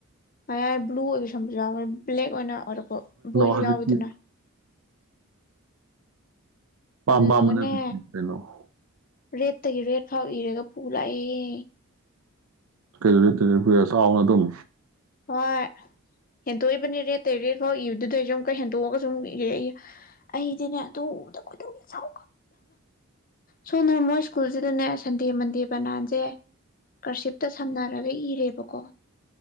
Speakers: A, on the left; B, on the right.
A: ꯃꯌꯥ ꯕ꯭ꯂꯨ ꯑꯣꯏꯕ ꯁꯝꯕꯁꯨ ꯌꯥꯎꯋꯦ ꯕ꯭ꯂꯦꯛ ꯑꯣꯏꯅ ꯑꯣꯏꯔꯛꯄ ꯕꯣꯏꯖꯨ
B: ꯍꯧꯖꯤꯛꯇꯤ
A: ꯌꯥꯎꯏꯗꯅ
B: ꯑꯄꯥꯝ
A: ꯑꯗꯨꯗꯨꯒꯅꯦ
B: ꯄꯥꯝꯕꯅ ꯀꯩꯅꯣ
A: ꯔꯦꯠꯇꯒꯤ ꯔꯦꯠ ꯐꯥꯎ ꯏꯔꯒ ꯄꯨ ꯂꯥꯛꯑꯦ
B: ꯀꯩꯗꯦ ꯇꯔ ꯄꯨꯔꯦ ꯆꯥꯎꯅ ꯑꯗꯨꯝ
A: ꯍꯣꯏ ꯍꯦꯟꯇꯣꯛꯏꯕꯅꯤ ꯔꯦꯠ ꯇ ꯔꯦꯠ ꯐꯥꯎ ꯏꯕꯗꯨꯗꯩꯖꯨ ꯑꯃꯨꯛꯀ ꯍꯦꯟꯇꯣꯛꯑꯒꯖꯨꯝ ꯏꯔꯛꯏꯌꯦ ꯑꯩꯗꯤꯅꯦ ꯑꯗꯨ ꯎꯕꯗꯥ ꯈꯣꯏꯗꯧ ꯁꯥꯎ ꯁꯣꯝꯗꯅ ꯃꯣꯏ ꯁ꯭ꯀꯨꯜꯁꯤꯗꯅꯦ ꯁꯟꯗꯦ ꯃꯟꯗꯦ ꯕꯅꯥꯟꯁꯦ ꯀꯔꯁꯤꯞꯇ ꯁꯝꯅꯔꯒ ꯏꯔꯦꯕꯀꯣ